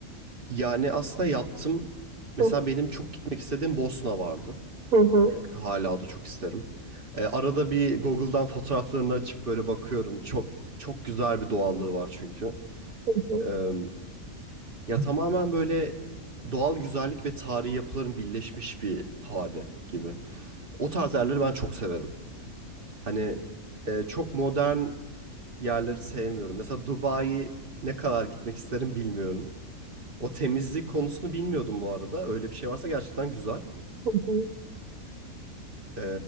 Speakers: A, on the right (about 40°); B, on the right (about 80°).
A: Yani aslında yaptım. Mesela
B: Hı
A: benim çok gitmek istediğim Bosna vardı.
B: hı hı
A: E, hala da çok isterim. E, arada bir Google'dan fotoğraflarını açıp böyle bakıyorum. Çok çok güzel bir doğallığı var çünkü.
B: hı hı.
A: E, ya tamamen böyle doğal güzellik ve tarihi yapıların birleşmiş bir hali gibi. O tarz yerleri ben çok severim. Hani e, çok modern yerleri sevmiyorum. Mesela Dubai'yi ne kadar gitmek isterim bilmiyorum. O temizlik konusunu bilmiyordum bu arada. Öyle bir şey varsa gerçekten güzel.
B: hı hı.
A: E,